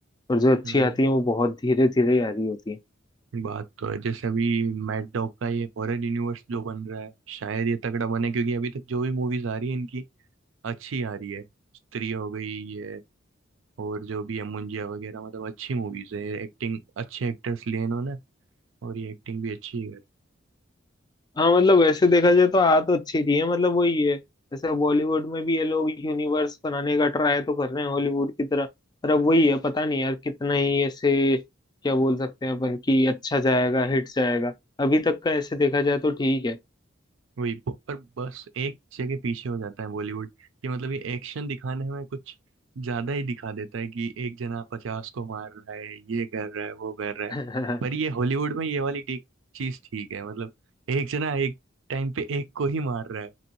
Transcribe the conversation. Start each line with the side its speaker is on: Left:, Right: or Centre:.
Left: और जो अच्छी
Right: हाँ
Left: आती है वो बहुत धीरे धीरे ही आ रही होती है
Right: बात तो है जैसे अभी मैट डॉग का ये हॉरर यूनिवर्स जो बन रहा है शायद ये तगड़ा बने क्योंकि अभी तक जो भी मूवीज आ रही है इनकी अच्छी आ रही है स्त्री हो गई ये और जो भी है मुंजिया वगैरह मतलब अच्छी मूवीज है एक्टिंग अच्छे एक्टर्स लिए इन्होंने और ये एक्टिंग भी अच्छी है
Left: हाँ मतलब वैसे देखा जाए तो आ तो अच्छी रही है मतलब वही है जैसे बॉलीवुड में भी ये लोग यूनिवर्स बनाने का ट्राई तो कर रहे हैं हॉलीवुड की तरह पर अब वही है पता नहीं यार कितना ही ऐसे क्या बोल सकते हैं अपन कि अच्छा जाएगा हिट जाएगा अभी तक का ऐसे देखा जाए तो ठीक है
Right: वही ब- पर बस एक जगह पीछे हो जाता है बॉलीवुड कि मतलब ये एक्शन दिखाने में कुछ ज्यादा ही दिखा देता है कि एक जना पचास को मार रहा है ये कर रहा है वो कर रहा है
Left: <laughs>
Right: पर ये हॉलीवुड में ये वाली ठीक चीज ठीक है मतलब एक जना एक टाइम पे एक को ही मार रहा है